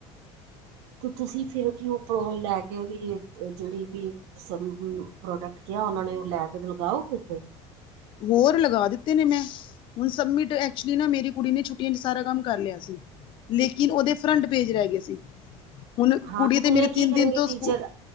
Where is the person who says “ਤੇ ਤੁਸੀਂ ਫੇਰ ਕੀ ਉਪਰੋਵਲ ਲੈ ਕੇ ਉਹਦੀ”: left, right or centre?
Right